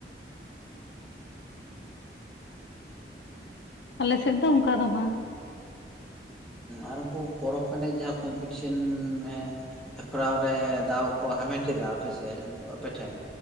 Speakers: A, on the left (about 75°); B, in the centre.
A: ᱟᱞᱮᱥᱮᱫ ᱫᱚ ᱚᱱᱠᱟ ᱫᱚ ᱵᱟᱝ᱾
B: ᱟᱨ ᱩᱱᱠᱩ ᱯᱚᱨᱚᱵᱽ ᱮᱟᱱᱮᱡ ᱡᱟᱦᱟᱸ ᱠᱚᱢᱯᱤᱴᱤᱥᱮᱱ ᱦᱮ ᱦᱮᱯᱨᱟᱣ ᱨᱮ ᱫᱟᱣ ᱠᱚ ᱦᱟᱢᱮᱴ ᱮᱟᱫ ᱟᱯᱮᱥᱮᱫ ᱩᱱᱠᱩ ᱟᱯᱮᱴᱷᱮᱱ